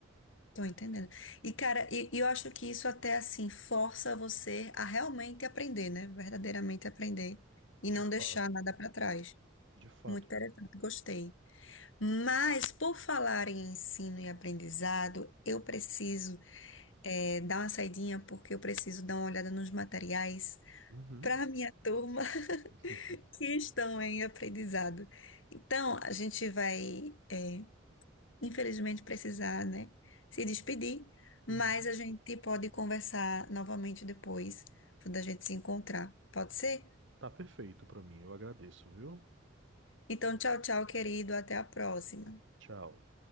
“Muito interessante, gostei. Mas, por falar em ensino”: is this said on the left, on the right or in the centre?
Left